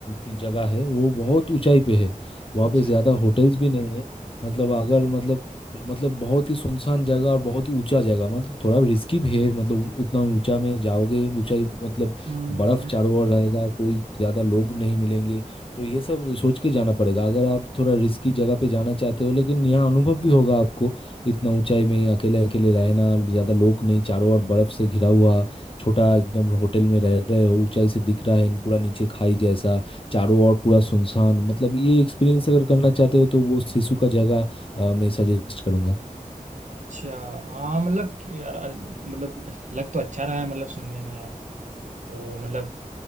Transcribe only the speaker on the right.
अच्छा
हाँ
हाँ
अच्छा हाँ मतलब कि यार अ- मतलब लग तो अच्छा रहा है मतलब सुनने में यार तो मतलब